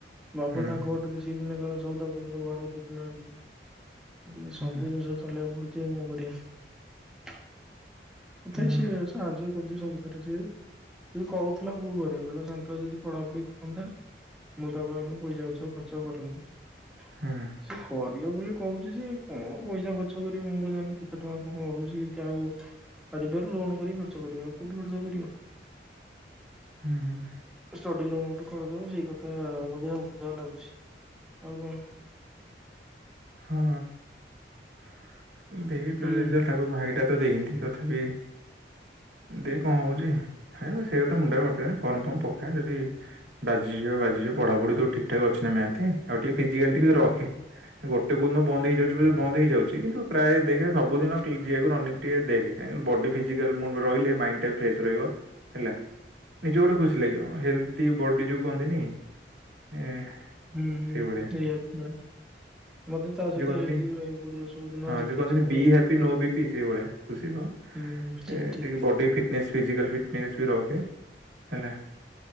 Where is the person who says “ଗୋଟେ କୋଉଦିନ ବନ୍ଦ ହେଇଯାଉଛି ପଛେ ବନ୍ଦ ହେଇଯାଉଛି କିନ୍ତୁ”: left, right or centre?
Right